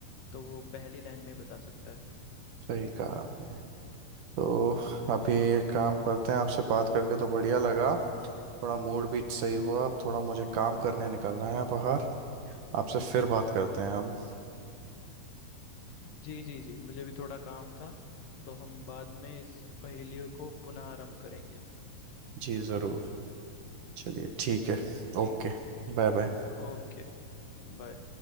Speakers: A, on the left (about 65°); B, on the right (about 65°).
A: तो वो पहली लाइन में ही बता सकता है
B: सही कहा आपने तो अभी एक काम करते हैं आपसे बात करके तो बढ़िया लगा थोड़ा मूड भी सही हुआ अब थोड़ा मुझे काम करने निकलना है बाहर आपसे फिर बात करते हैं हम
A: जी जी जी मुझे भी थोड़ा काम था तो हम बाद में इस पहेलियों को पुनः आरंभ करेंगे
B: जी ज़रूर चलिए ठीक है
A: जी
B: ओके Bye bye
A: ओके बाय